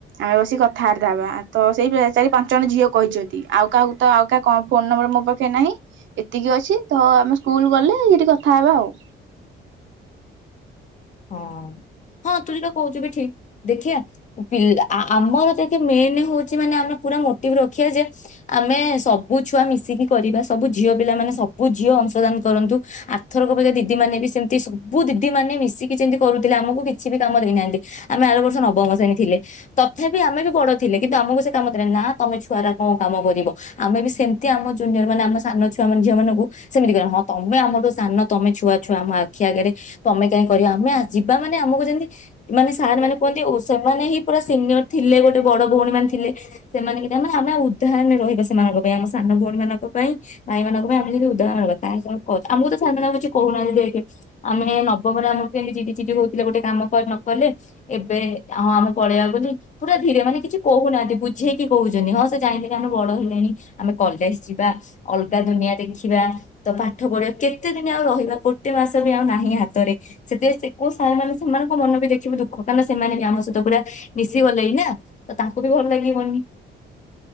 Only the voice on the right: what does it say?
ଆମେ ବସି କଥାବାର୍ତ୍ତା ହେବା ତ ସେଇ ଚାରି, ପାଞ୍ଚ ଜଣ ଝିଅ କହିଚ଼ନ୍ତି ଆଉ କାହାକୁ। ତ ଆଉ କା କଁ ଫୋନ ନମ୍ବର ମୋ ପାଖେ ନାହିଁ ଏତିକି ଅଛି ତ ଆମେ ସ୍କୁଲ ଗଲେ ସେଠି କ ଥା ହବା ଆଉ।